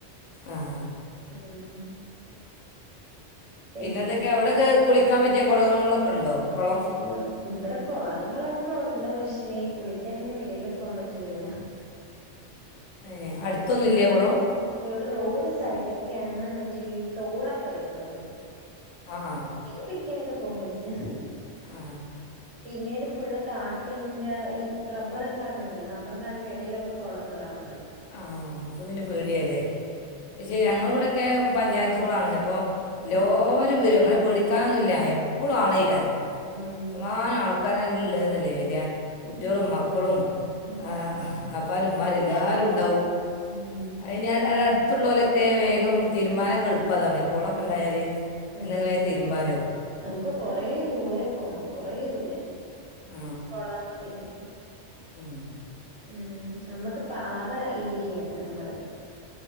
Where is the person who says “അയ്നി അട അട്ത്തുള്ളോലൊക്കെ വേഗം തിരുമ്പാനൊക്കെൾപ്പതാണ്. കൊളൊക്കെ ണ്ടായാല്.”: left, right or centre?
Left